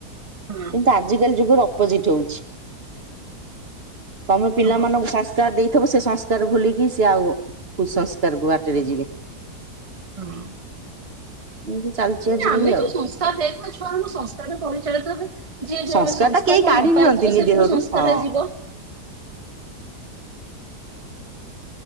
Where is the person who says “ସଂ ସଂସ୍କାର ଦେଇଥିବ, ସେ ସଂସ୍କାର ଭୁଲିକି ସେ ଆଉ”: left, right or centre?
Right